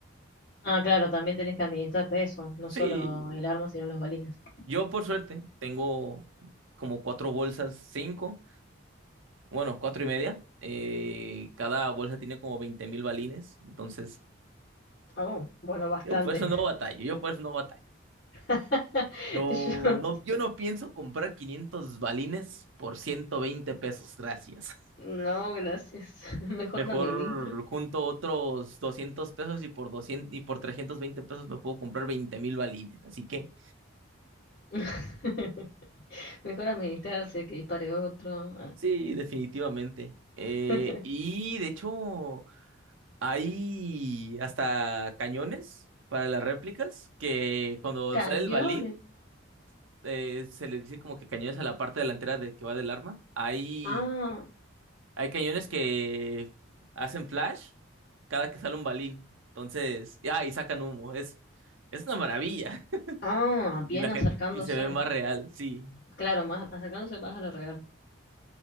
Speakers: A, on the left (about 55°); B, on the right (about 70°).
A: Ah, claro, también tenés que administrarte eso, no
B: Sí,
A: solo el arma, sino los balines.
B: yo por suerte tengo como cuatro bolsas, cinco, bueno, cuatro y media. eh, cada bolsa tiene como 20 mil balines, entonces
A: Oh, bueno, bastante.
B: yo por eso no batallo, yo por eso no batallo.
A: <laughs>
B: Yo
A: Yo,
B: no, yo no pienso comprar 500 balines por 120 pesos, gracias.
A: no, gracias. <laughs> Mejor
B: Mejor
A: me administro.
B: junto otros 200 pesos y por 200 y por 320 pesos me puedo comprar veinte mil balines. Así que
A: <laughs> Mejor administrarse que dispare otro. Ah.
B: sí, definitivamente. Eh,
A: <laughs>
B: y de hecho, hay hasta cañones para las réplicas que cuando
A: Cañones.
B: sale el balín, eh, se le dice como que cañones a la parte delantera de que va del arma. Hay,
A: Ah,
B: hay cañones que hacen flash cada que sale un balín. Entonces, ya, y sacan humo. Es, es una maravilla.
A: ah, bien
B: Y la gente,
A: acercándose.
B: y se ve más real, sí.
A: Claro, más acercándose más a lo real.